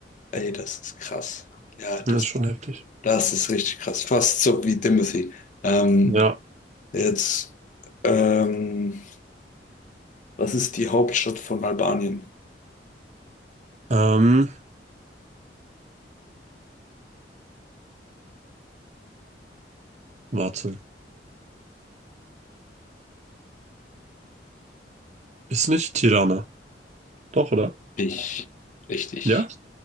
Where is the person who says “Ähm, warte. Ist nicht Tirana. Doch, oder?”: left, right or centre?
Right